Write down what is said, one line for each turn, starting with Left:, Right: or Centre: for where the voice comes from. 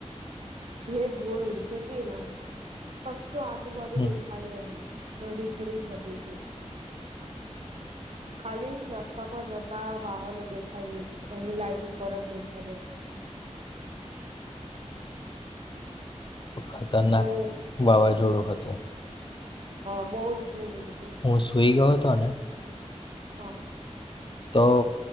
Right: જો. ધૂલ ઉડતી હતી ના કસો આજ. ું બધું
Left: હમ
Right: દેખાય એમને. ને વીજળી થતી તું. ખાલી રસ્તા પર જતા વાહનો દેખાય છે એની લાઈટ ઉપર જ દેખાઈ જતી.
Left: ખતરનાક
Right: બહુ
Left: વાવાઝોડું હતું.
Right: બહ ધ.
Left: હું સુઈ ગત. તને.
Right: હમ.
Left: તો